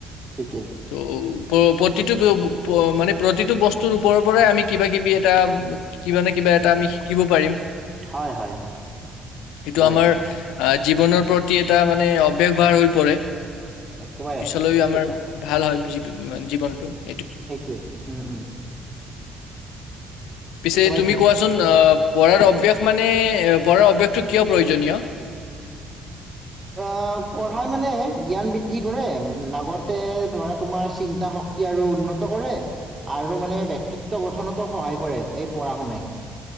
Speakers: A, on the right; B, on the left.
A: ঠিকেই
B: ত'। প্ৰতিটো মানে প্ৰতিটো বস্তুৰ ওপৰৰ পৰাই আমি কিবা কিবি এটা'। কিবা নে কিবা এটা আমি শিকিব পাৰিম
A: হয় হয়
B: এইটো
A: একেবাৰে
B: আমাৰ আহ জীৱনৰ প্ৰতি এটা মানে অৱেগ ভাৰ হৈ পৰে'।
A: একেবাৰে
B: পিছলৈ
A: ঠিকেই
B: আমাৰ
A: কৈছা
B: ভাল হয় পিছে জীৱনটো, ।
A: সেইটোৱেই উম, উম।
B: পিছে
A: একেবাৰে
B: তুমি
A: ঠিক
B: কোৱাচোন অ পঢ়াৰ অভ্যাস মানে পঢ়াৰ অভ্যাস, । কিন্তু কিয় প্ৰয়োজনীয়?
A: আহ পঢ়াই মানে জ্ঞান বৃদ্ধি কৰে লগতে ধৰা তোমাৰ চিন্তা শক্তি আৰু উন্নত কৰে আৰু মানে ব্যক্তিত্ব গঠনতো সহায় কৰে এই পঢ়া শুনাই'।